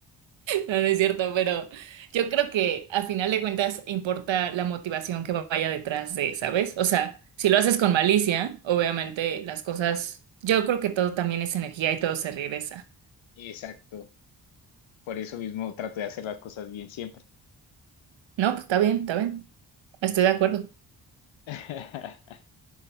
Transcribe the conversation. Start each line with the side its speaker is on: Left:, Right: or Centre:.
Right: No, no es cierto, pero yo creo que a final de cuentas importa la motivación que vaya detrás de, ¿sabes? O sea, si lo haces con malicia, obviamente las cosas, yo creo que todo también es energía y todo se regresa.
Left: Exacto. Por eso mismo trato de hacer las cosas bien siempre.
Right: No, pues está bien, está bien. Estoy de acuerdo.
Left: <laughs>